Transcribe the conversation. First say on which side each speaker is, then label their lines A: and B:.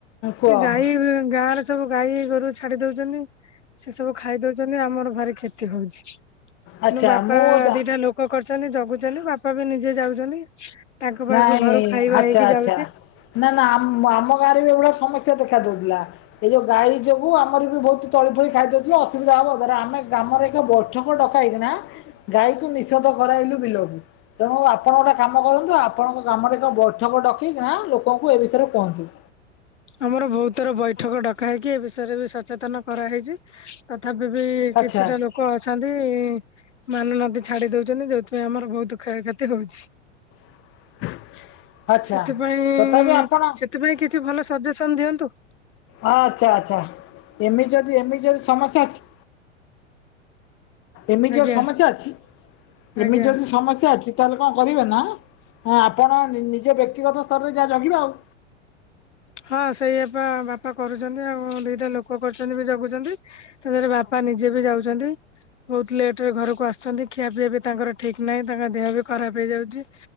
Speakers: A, on the left; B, on the left.
A: କୁହ
B: ଏ ଗାଈ ଗାଁ ରେ ସବୁ ଗାଈ ଗୋରୁ ଛାଡି ଦୋଉଚନ୍ତି ସେ ସବୁ ଖାଇ ଦୋଉଚନ୍ତି। ଆକ୍ଚୁ ଆଲି ଆମର ଭାରି କ୍ଷେତି ହୋଉଚି
A: ଆଚ୍ଛା
B: ମୋବାପା
A: ମୁଁ ଯା
B: ଦିଟା ଲୋକ କରୁଚନ୍ତି ଜଗୁଚନ୍ତି ବାପା ବି ନିଜେ ଯାଉଚନ୍ତି ତାଙ୍କ
A: ନାଇଁ
B: ପାଇଁ ବି ଘରୁ ଖାଇବା
A: ଆଚ୍ଛା
B: ହେଇକି
A: ଆଚ୍ଛା
B: ଯାଉଚି।
A: ନା ନା ଆମ ଆମ ଗାଁରେ ବି ଏଭଳିଆ ସମସ୍ୟା ଦେଖା ଦୋଉଥିଲା। ଏଇ ଯୋଉ ଗାଈ ଯୋଗୁ ଆମର ବି ବହୁତ ତଳି ଫଳି ଖାଇଦଉଛି ଅସୁବିଧା ହବ ଧର ଆମ ଗ୍ରାମର ବି ବ ସବୁ ଡକା ହେଇକି ନା ଗାଈକୁ ନିଷୋଧ କରାଇଲୁ ବିଲକୁ। ତେଣୁ ଆପଣ ଗୋଟେ କାମ କରନ୍ତୁ ଆ ଆପଣଙ୍କ ଗ୍ରାମରେ ଏକ ବୈଠକ ଡକେଇକି ନା ଲୋକଙ୍କୁ ଏ ବିଷୟରେ କୁହନ୍ତୁ।
B: ଆମର ବହୁତୁ ଥର ବୈଠକ ଡକା ହେଇକି ଏ ବିଷୟରେ ବି ସଚେତନ କରାହେଇଚି। ତଥାପି ବି
A: ଆଚ୍ଛା
B: କିଛିଟା ଲୋକ ଅଛନ୍ତି ମାନୁନାହାତି ଛାଡି ଦୋଉ ଦିନ କୁ ଏଥିର ଆମର ବହୁତୁ କ୍ଷୟ ଖେତି ହୋଉଛି।
A: <unintelligible> ଆଚ୍ଛା
B: ସେଥିପାଇଁ
A: ତଥାପି ଆପଣ
B: ସେଥିପାଇଁ କିଛି ଭଲ ସଜେସନ ଦିଅନ୍ତୁ।
A: ଅ ଆଚ୍ଛା, ଆଚ୍ଛା <inaudible> ଏମିତି ଯଦି, ଏମିତି ଯଦି ସମସ୍ୟା ଅଛି। ଏମିତି
B: ଆଜ୍ଞା।
A: ଯ ସମସ୍ୟା ଅଛି <inaudible> ଏମିତି
B: ଆଜ୍ଞା
A: ଯଦି ସମସ୍ୟା ଅଛି, ତାହେଲେ କଣ କରିବେ ନା, <inaudible> ଆପଣ ନିଜ ବ୍ୟକ୍ତିଗତ ସ୍ତରରେ ଯାହା ଜଗିବେ ଆଉ।
B: ହଁ ସେଇଆପା, ବାପା କରୁଚନ୍ତି ଆଉ, ଦିଟା ଲୋକ କରୁ ଚନ୍ତି ବି ଜଗୁଚନ୍ତି। ସେଜରେ ବାପା ନିଜେ ବି ଯାଉଚନ୍ତି। ବହୁତ ଲେଟେ ରେ ଘରକୁ ଆସୁଛନ୍ତି, ଖିଆ ପିଇବା ବି ତାଙ୍କର ଠିକ ନାହିଁ, ତାଙ୍କ ଦେହ ବି ଖରାପ ହେଇଯାଉଚି।